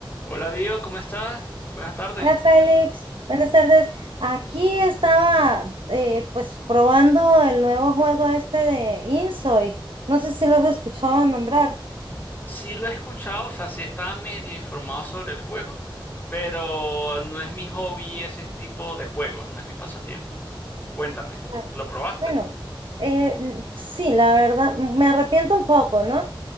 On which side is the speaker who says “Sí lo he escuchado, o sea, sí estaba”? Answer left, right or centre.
Left